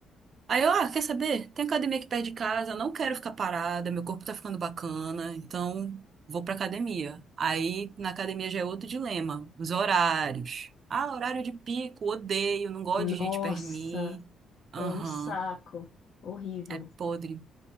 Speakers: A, on the right; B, on the left.
A: Aí eu, ah, quer saber? Tem academia aqui perto de casa, não quero ficar parada, meu corpo tá ficando bacana, então vou pra academia. Aí na academia já é outro dilema, os horários. Ah, horário de pico, odeio, não gosto
B: Nossa,
A: de gente perto de mim. Aham,
B: é um saco. Horrível.
A: é podre.